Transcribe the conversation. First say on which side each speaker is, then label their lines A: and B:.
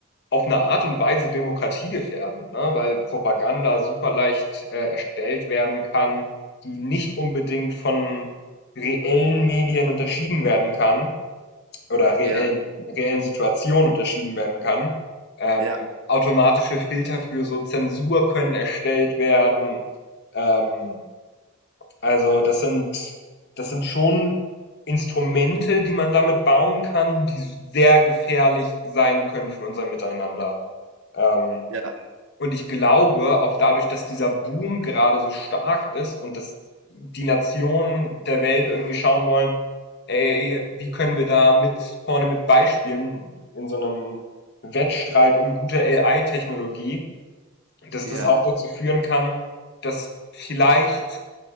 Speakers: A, on the left; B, on the right.
A: auf eine Art und Weise demokratiegefährdend, ne? weil Propaganda super leicht äh, erstellt werden kann, die nicht unbedingt von reellen Medien unterschieden werden kann oder reellen,
B: Ja,
A: reellen Situation unterschieden werden kann. Ähm,
B: ja,
A: automatische Filter für so Zensur können erstellt werden. Ähm, also das sind, das sind schon Instrumente, die man damit bauen kann, die sehr gefährlich sein können für unser Miteinander. Ähm,
B: ja,
A: und ich glaube, auch dadurch, dass dieser Boom gerade so stark ist und dass die Nationen der Welt irgendwie schauen wollen, ey, wie können wir da mit vorne mit beispielen in so einem Wettstreit um gute AI-Technologie, dass
B: ja,
A: das auch dazu führen kann, dass vielleicht